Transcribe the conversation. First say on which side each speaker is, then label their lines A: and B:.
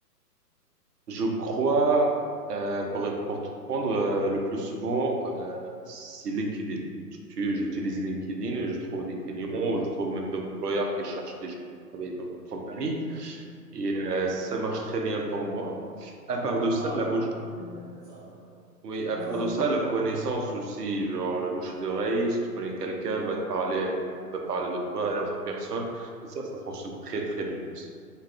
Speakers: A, on the right; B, on the right.
A: Je crois, euh, pour, pour te prendre euh, le plus souvent, euh, c'est LinkedIn. Je- J'utilise LinkedIn, et je trouve des clients, ou je trouve même des employeurs qui cherchent des gens qui travaillent dans leur compagnie. Et euh, ça marche très bien pour moi. À part
B: Ah
A: de ça,
B: ah,
A: la bouche,
B: je me disais bien, c'est ça, ouais.
A: oui,
B: Je me
A: à
B: disais
A: part de ça,
B: bien.
A: la connaissance aussi, genre la bouche d'oreille, si tu connais quelqu'un, il va te parler, il va parler de toi à une autre personne. Et ça, ça fonctionne très, très bien aussi.